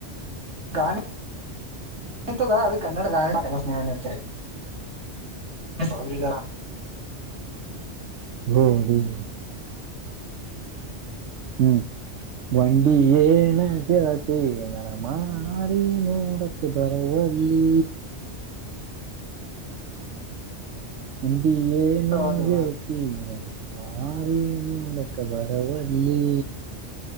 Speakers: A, on the right; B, on the right.
A: ಗಾನ ತ ಅದು ಕನ್ನಡ ಗಾನ ಸ್ನೇಹ. ಹಗರಿ ಜ.
B: <unintelligible> ಹ್ಮ್ ವಂಡಿ ಏನು ಕೇಳತ್ತೆ ನನ. ಮಾರಿ ನೋಡಕ್ಕೆ ಬರುವಲ್ಲಿ ನಂದಿ ಏನ
A: ಅದು
B: ಹೇಳ್ತಿರಾ ಮಾರ ಮೂಡಕ್ಕೆ ಬರವಲ್ಲಿ.